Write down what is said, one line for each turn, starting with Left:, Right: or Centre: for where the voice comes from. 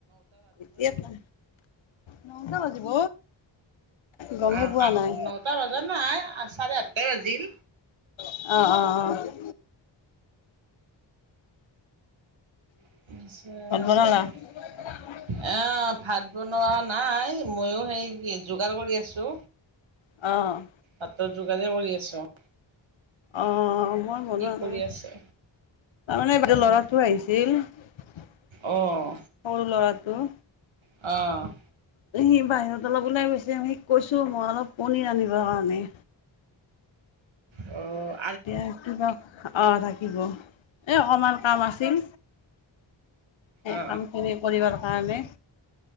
Left: ঠিকে আছে, নটা বাজিব। গমেই
Right: অ',
Left: পোৱা
Right: আঠ,
Left: নাই
Right: নটা বাজা নাই, চাৰে-আঠটা বাজিল।
Left: অ', অ', অ'।
Right: <unintelligible>
Left: ভাত বনালা <unintelligible>
Right: অ', ভাত বনোৱা নাই, ময়ো সেই যোগাৰ কৰি আছো।
Left: অ'।
Right: ভাতৰ যোগাৰে কৰি আছোঁ।
Left: অ', মই বনোৱা
Right: কি কৰি
Left: নাই,
Right: আছে?
Left: তাৰমানে বাইদেউৰ
Right: অহ
Left: ল'ৰাটো আহিছিল। সৰু
Right: অহ
Left: ল'ৰাটো।
Right: অ'।
Left: সি বাহিৰত অলপ ওলাই গৈছে, সিয়ক কৈছো মই অলপ পনীৰ আনিব কাৰণে।
Right: অ'।
Left: এতিয়া কিবা, অ' থাকিব, এ' অকমান কাম আছিল, সেই
Right: অহ
Left: কামখিনি কৰিবৰ কাৰণে